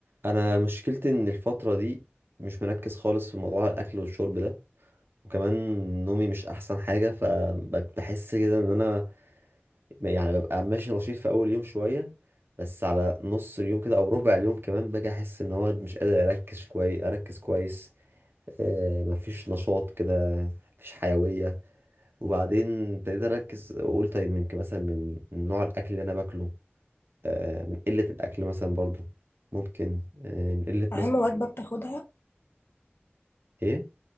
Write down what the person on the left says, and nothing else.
اهم
وجبه بتاخدها